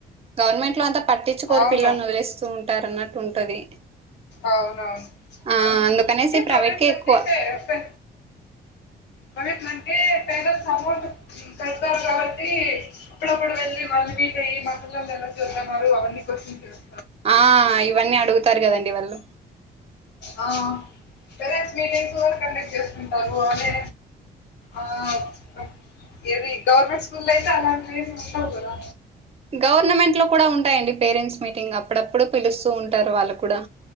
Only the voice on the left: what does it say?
అవును
అవునవున్
అవును
అంటే
ప్రొవేట్
లంటే
ఫె ఫె ప్రవేట్ లంటే ఫె ఉ కడతాం కాబట్టి అప్పుడప్పుడు వెళ్ళి వాళ్ళు మీట్ అయ్యి మాపిల్లోళ్ ఎలా చవుతన్నారు అవన్నీ కోశన్స్
ఆ పేరెంట్స్ మీటింగ్స్ కూడా కండక్ట్ చేస్తుంటారు వాళ్ళే ఆ అప్ ఏది గవర్నమెంట్ స్కూల్ దయితే అలాంటివేం ఉండవు గదా